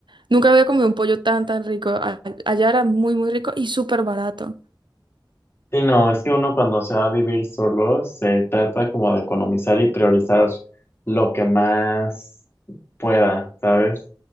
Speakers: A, on the right (about 70°); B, on the left (about 30°).
A: nunca había comido un pollo tan, tan rico. A- Allá era muy, muy rico y súper barato.
B: Sí, no, es que uno cuando se va a vivir solo se trata como de economizar y priorizar lo que más pueda, ¿sabes?